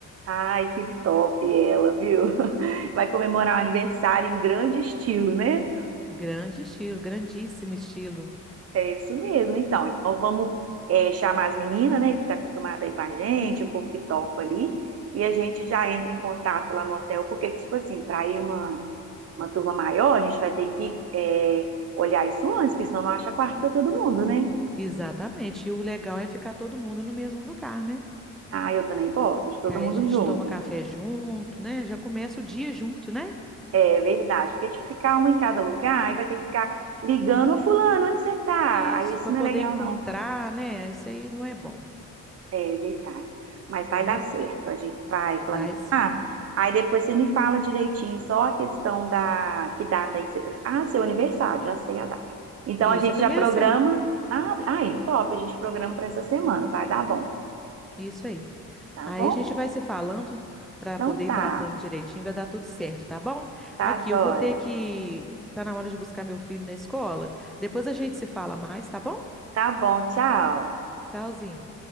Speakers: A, on the right (about 50°); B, in the centre.
A: Ai, que top ela, viu? <laughs> Vai comemorar o aniversário em grande estilo, né?
B: Grande estilo, grandíssimo estilo.
A: É isso mesmo, então. Então vamos é, chamar as meninas, né, que tá acostumada aí com a gente, o povo que topa ali, e a gente já entra em contato lá no hotel, porque, tipo assim, para ir uma, uma turma maior, a gente vai ter que é, olhar isso antes, porque senão não acha quarto para todo mundo, né?
B: Exatamente. E o legal é ficar todo mundo no mesmo lugar, né?
A: Ah, eu também gosto de todo
B: Que aí
A: mundo
B: a gente
A: junto.
B: toma café junto, né? Já começa o dia junto, né?
A: É verdade, porque tipo, ficar um em cada lugar, aí vai ter que ficar ligando, fulano, onde você tá?
B: Isso,
A: Aí isso
B: para
A: não
B: poder
A: é legal,
B: encontrar,
A: não.
B: né? Isso aí não é bom,
A: É verdade. Mas vai
B: né?
A: dar certo. A gente vai planejar.
B: Vai sim.
A: Aí depois você me fala direitinho só a questão da que data aí que você. Ah, seu aniversário, já sei a data. Então
B: Isso,
A: a gente
B: é a primeira
A: já programa.
B: semana.
A: Ah, aí, top, a gente programa para essa semana. Vai dar bom,
B: Isso aí.
A: tá
B: Aí
A: bom?
B: a gente vai se falando para
A: Então
B: poder
A: tá,
B: ir tratando direitinho, vai dar tudo certo, tá bom?
A: tá
B: Aqui,
A: joia.
B: eu vou ter que. Tá na hora de buscar meu filho na escola. Depois a gente se fala mais, tá bom?
A: Tá bom, tchau.
B: Tchauzinho.